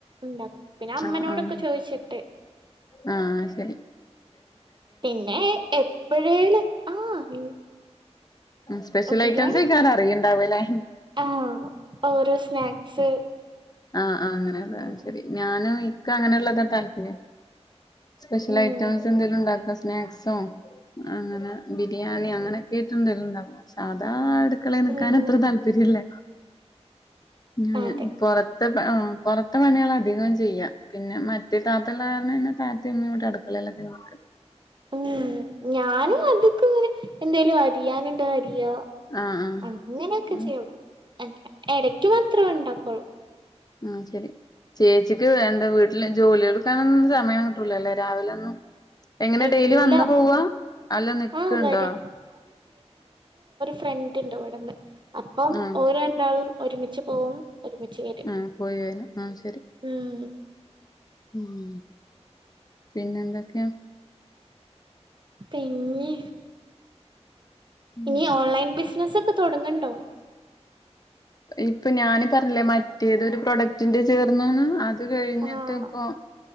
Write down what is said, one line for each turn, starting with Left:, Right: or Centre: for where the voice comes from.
Right: ഉണ്ടാക്കും. പിന്നഅമ്മനോടൊക്കെ
Left: ആഹ് ആഹ്
Right: ചോയ്ച്ച്ട്ട്.
Left: ആഹ് അയ്ശെരി
Right: പിന്നെ എപ്പഴേണ് ആഹ്
Left: സ്പെഷ്യൽഐറ്റംസെക്കാനം
Right: ബിരിയാണി ഒക്കെ ഉണ്ടാക്കും
Left: അറിയിണ്ടാവല്ലെ.
Right: ആഹ് ഓരോ സ്നാക്സ്
Left: ആഹ് ആഹ് അങ്ങനെയൊക്കെയാണ്
Right: ഉം
Left: ശെരി ഞാനും ഇക്കങ്ങനുള്ളതാ താല്പര്യം. സ്പെഷ്യൽ
Right: ഉം
Left: ഐറ്റംസ് എന്തേലും ഉണ്ടാക്ക സ്നാക്സോ അങ്ങനെ ബിരിയാണി അങ്ങനെ. കേട്ടുണ്ടുല്ലണ്ടലോ സാധാ അടുക്കളെ നിക്കാനത്ര
Right: ഉം
Left: താല്പര്യല്ല. ഞാന്
Right: അതെ
Left: പൊറത് പൊറത്തപണികളധികോമ് ചെയ്യാ പിന്നെ മറ്റേ താത്തള്ളകാരണം പിന്നെ താതേം ഉമ്മേംക്കൂടെ അട്ക്കളേ <unintelligible>
Right: ഉം ഞാനും അതൊക്ക്‌ങ്ങനെ എന്തേലും അരിയാനുണ്ടാ അരി രിയാ
Left: ആഹ് ആഹ്
Right: അങ്ങനെക്കെ
Left: ഉം
Right: ചെയ്യൊള്ളൂ. എടയ്ക്ക് മാത്രെ ഉണ്ടാക്കൊള്ളൂ.
Left: ആ ശെരി ചേച്ച്ക്ക് എന്താ വീട്ട്ല് ജോലിയെടുക്കാനൊന്നും സമയം കിട്ടൂലല്ലേ. രാവിലൊന്നും. എങ്ങനെ
Right: എല്ലാ
Left: ഡെയ്ലി വന്ന് പോവാ അല്ല നിക്ക്‌ണ്ടോ?
Right: ആഹ് വരാം ഫ്രണ്ട്ണ്ട് ഇവ്ടന്ന്. അപ്പം
Left: ആഹ്
Right: ഓര് രണ്ടാളും ഒരുമിച്ച് പോവും. ഒരുമിച്ച് വെരും
Left: ആഹ് പോയി വരാ ആഹ് ശരി
Right: ഉം
Left: ഉം പിന്നെന്തൊക്കെയാ?
Right: പിന്നെ
Left: ഉം
Right: ഇനി ഓൺലൈൻ ബിസ്നസ്സൊക്കെ തൊടങ്ങ്ണ്ടോ?
Left: ഇപ്പ ഞാന് പറഞ്ഞില്ലേ മറ്റേതൊരു പ്രൊഡക്ടിന്റെ ചേർന്നൂന്ന്. അത് കഴിഞ്ഞിട്ട്
Right: ആഹ്
Left: ഇപ്പോം